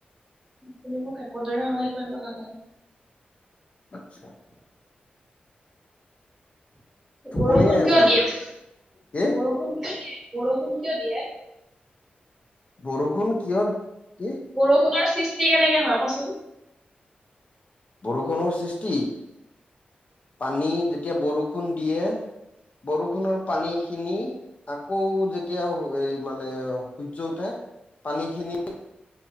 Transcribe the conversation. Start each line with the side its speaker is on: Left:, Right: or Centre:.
Centre: তুমি মোক একোদৰে সহায় কৰিব নালাগে।
Left: আচ্ছা টোপনিয়ে
Centre: বৰষুণ
Left: আছে
Centre: কিয় দিয়ে
Left: দেখোন কি
Centre: বৰষুণ কিয় দিয়ে বৰষুণ কিয় দিয়ে?
Left: বৰষুণ কিয় কি
Centre: বৰষুণৰ সৃষ্টি কেনেকে হয় কচোন?
Left: বৰষুণৰ সৃষ্টি পানী যেতিয়া বৰষুণ দিয়ে বৰষুণৰ পানী খিনি আকৌ যেতিয়া এই মানে সূৰ্য উঠে পানীখিনি